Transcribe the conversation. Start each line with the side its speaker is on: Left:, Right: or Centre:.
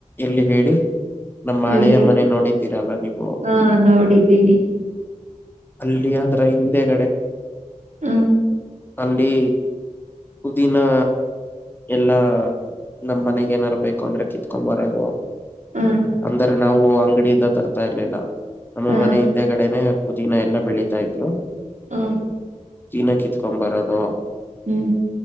Left: ಎಲ್ಲಿ ಹೇಳಿ ನಮ್ಮ ಹಳೆಯ
Right: ಇಲ್ಲಿ
Left: ಮನೆ ನೋಡಿದ್ದೀರಲ್ಲ ನೀವು್.
Right: ಹಾ ನೋಡಿದ್ದೀನಿ.
Left: ಅಲ್ಲಿ ಆದ್ರ ಹಿಂದೆಗಡೆ.
Right: ಹ್ಮ್.
Left: ಅಲ್ಲಿ ಪುದಿನಾ ಎಲ್ಲಾ. ನಮ್ ಮನೆಗ್ ಏನಾರು ಬೇಕು ಅಂದ್ರೆ ಕಿತ್ಕೊ್ ಬರೋದು.
Right: ಹ್ಮ್.
Left: ಅಂದ್ರೆ ನಾವು ಅಂಗಡಿಯಿಂದ ತರ್ತಾ ಇರ್ಲಿಲ್ಲ ನಮ್ಮ
Right: ಹ
Left: ಮನೆ ಹಿಂದೆ ಕಡೆನೆ. ಪುದೀನ ಎಲ್ಲ ಬೆಳೀತಾ ಇದ್ರು.
Right: ಹ
Left: ದಿನ ಕಿತ್ಕೊ ಬರೋದು.
Right: ಹ್ಮ್.